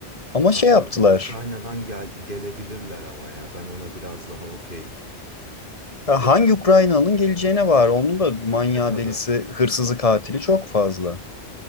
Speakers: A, on the left (about 30°); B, on the right (about 45°).
A: Ama şey
B: Abi
A: yaptılar.
B: Ukrayna'dan gel gelebilirler ama ya ben ona biraz daha okeyim.
A: Ya hangi Ukraynalı'nın
B: Ya,
A: geleceğine var. Onun da manyağı
B: E tabi
A: delisi, hırsızı, katili çok fazla.